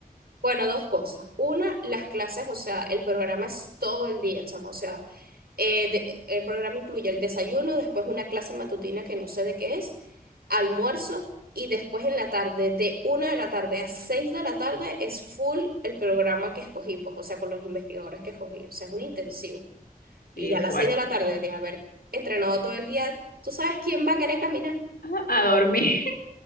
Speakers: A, on the right (about 75°); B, on the left (about 75°).
A: Bueno, dos cosas. Una, las clases, o sea, el programa es todo el día, chamo, o sea. Eh, de- el programa incluye el desayuno, después una clase matutina que no sé de qué es, almuerzo y después en la tarde, de una de la tarde a seis de la tarde, es full el programa que escogí, pues, o sea, con los investigadores que escogí, o sea, es un intensivo. Y
B: Sí,
A: ya
B: es
A: a las
B: fuerte.
A: seis de la tarde de haber entrenado todo el día, ¿tú sabes quién va a querer caminar?
B: Ajá, A dormir.